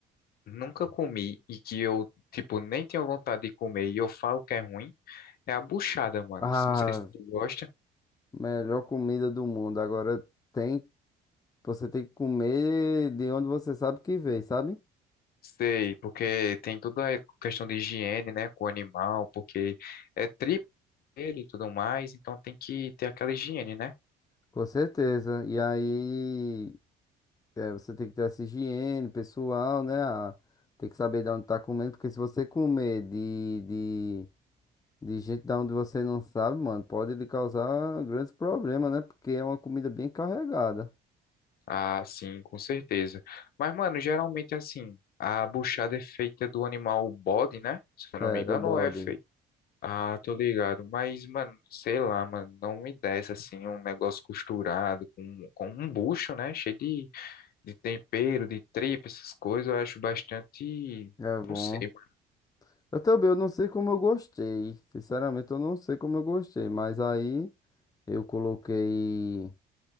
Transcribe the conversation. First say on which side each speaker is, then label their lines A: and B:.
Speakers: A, on the left (about 65°); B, on the left (about 20°).
A: nunca comi e que eu, tipo, nem tenho vontade de comer e eu falo que é ruim, é a buchada, mano.
B: Ah,
A: Não sei se tu gosta.
B: melhor comida do mundo. Agora tem, você tem que comer de onde você sabe que veio, sabe?
A: Sei, porque tem toda a questão de higiene, né, com o animal, porque é tripa ele e tudo mais, então tem que ter aquela higiene, né?
B: Com certeza. E aí, é, você tem que ter essa higiene pessoal, né? A- tem que saber de onde tá comendo. Porque se você comer de, de De gente da onde você não sabe, mano, pode lhe causar grandes problemas, né? Porque é uma comida bem carregada.
A: Ah, sim, com certeza. Mas, mano, geralmente assim, a buchada é feita do animal bode, né? Se eu não
B: É,
A: me engano,
B: do bode.
A: ou é feita. Ah, tô ligado. Mas, mano, sei lá, mano, não me desce assim um negócio costurado com, com um bucho, né? Cheio de, de tempero, de tripa, essas coisas. Eu acho bastante.
B: É bom.
A: Não sei, mano.
B: Eu também, eu não sei como eu gostei. Sinceramente, eu não sei como eu gostei. Mas aí eu coloquei.